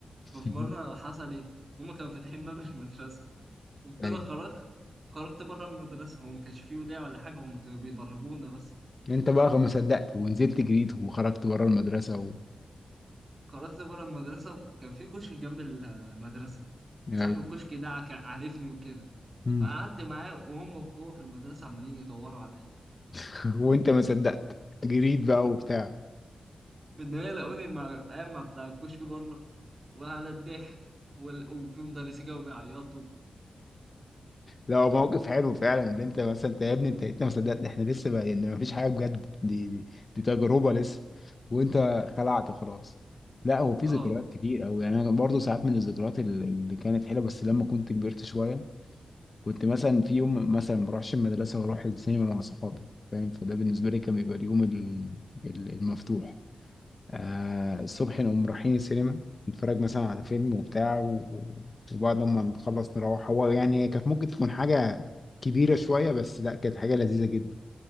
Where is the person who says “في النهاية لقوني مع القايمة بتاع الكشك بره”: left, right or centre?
Right